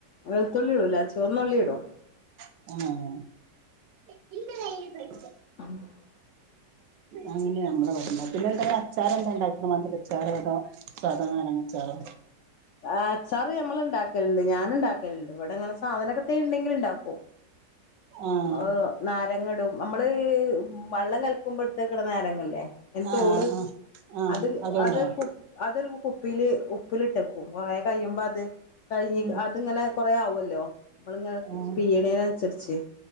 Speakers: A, on the left; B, on the right.
A: വെള്ത്തുള്ളി ഇടൂല. ചുവന്നുള്ളി ഇടും.
B: ഏഹ്.
A: <unintelligible>
B: അങ്ങനെ ഞമ്മളെ ഇബടെ ഇണ്ടാക്കല് <unintelligible> അച്ചാറെന്താ ണ്ടാക്കാ മധുരച്ചാറോ അതോ സാധാ നാരങ്ങച്ചാറോ?
A: ആഹ് അച്ചാറ് ഞമ്മള്ണ്ടാക്കല്ണ്ട് ഞാന് ണ്ടാക്കല്ണ്ട്. ഇവടെങ്ങനെ സാധനൊക്കെ എത്തേംണ്ടെങ്കില് ണ്ടാക്കും.
B: ആഹ്
A: അഹ് നാരങ്ങ ഇടും നമ്മള് വള്ളം കലക്കുമ്പോ ഇട്ത്തക്ണ നാരങ്ങല്ലേ. അയ്ൻ്റെ
B: ആഹ്
A: തോട്
B: ആഹ് ആഹ്
A: അത്
B: അതുണ്ടോ
A: അതൊരു കു അതൊരു കുപ്പീല് ഉപ്പിലിട്ടക്കും. കൊറേ കയ്യുമ്പത്, കഴിഞ്ഞ്
B: ഉം
A: അതിങ്ങനെ കൊറേ ആവൊല്ലോ നമ്മളിങ്ങനെ
B: ആഹ്
A: പീഴ്ണേന് അന്സരിച്ച്.